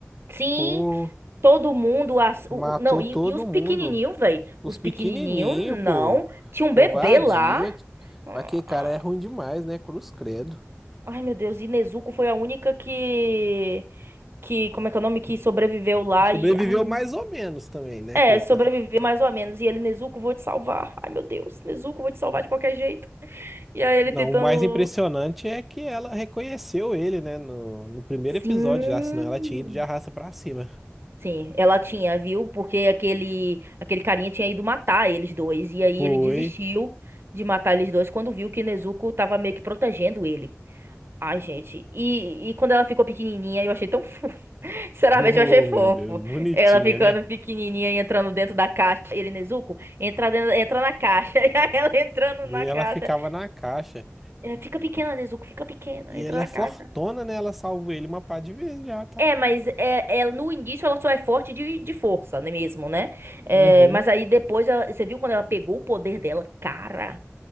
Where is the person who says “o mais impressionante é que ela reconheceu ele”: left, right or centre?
Centre